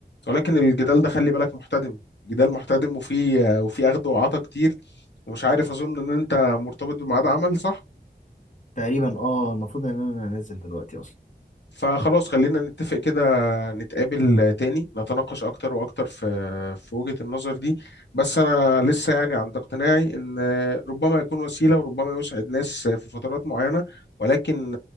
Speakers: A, on the left; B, on the left.
A: ولكن الجدال ده خلي بالك محتدم جدال محتدم وفي آه، وفي أخد وعطا كتير ومش عارف أظن إن أنت مرتبط بميعاد عمل صح؟
B: تقريبا اه المفروض ان انا نازل دلوقتي اصلا
A: فخلاص خلينا نتفق كده نتقابل تاني نتناقش أكتر وأكتر في في وجهة النظر دي بس أنا لسه يعني عند اقتناعي إن ربما يكون وسيلة وربما يسعد ناس في فترات معينة ولكن